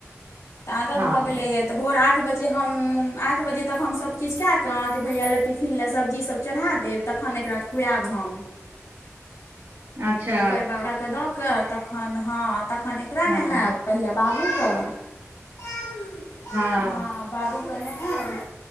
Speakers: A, on the left; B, on the right.
A: तऽ आदत
B: हँ
A: भऽ गेलैए तऽ भोर आठ बजे हम। आठ बजे तक हम सब चीज कए कऽ अहाँके भैया लए टिफिन लए सब्जी सब चढ़ा देब तखन एकरा खुआएब हम।
B: अच्छा
A: ओकर बाबा के दऽ कऽ तखन हँ तखन एकरा
B: हँ
A: नेहाब पहिले बाबूके। <inaudible>
B: हँ।
A: बाबूके नहैब,